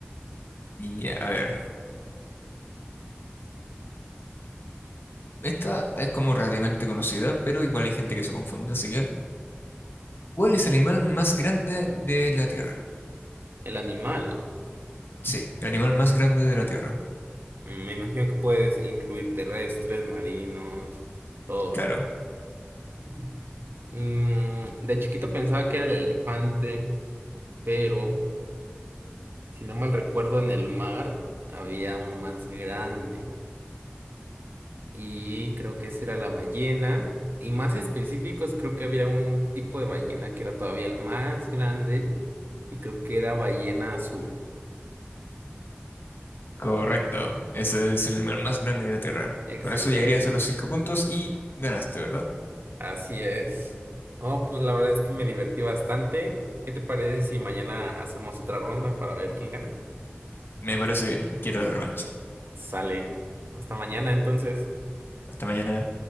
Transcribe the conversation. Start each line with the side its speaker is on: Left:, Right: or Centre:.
Left: ya, a ver. Esta es como relativamente conocida, pero igual hay gente que se confunde, así que... ¿Cuál es el animal más grande de la Tierra?
Right: El animal.
Left: Sí, el animal más grande de la Tierra.
Right: Mm, Me imagino que puedes incluir terrestres, marinos, todo, ¿verdad?
Left: Claro,
Right: Mm, Mm, de chiquito pensaba que era el elefante, pero si no mal recuerdo, en el mar había uno más grande. Y creo que esa era la ballena. Y más específicos, creo que había un tipo de ballena que era todavía el más grande. Y creo que era ballena azul.
Left: Correcto, ese es el animal más grande de la Tierra.
Right: Excelente.
Left: Con eso llegarías a los cinco puntos y ganaste, ¿verdad?
Right: Así es. No, pues la verdad es que me divertí bastante. ¿Qué te parece si mañana hacemos otra ronda para ver quién gana?
Left: Me parece bien, quiero la revancha.
Right: Sale. Hasta mañana entonces.
Left: Hasta mañana.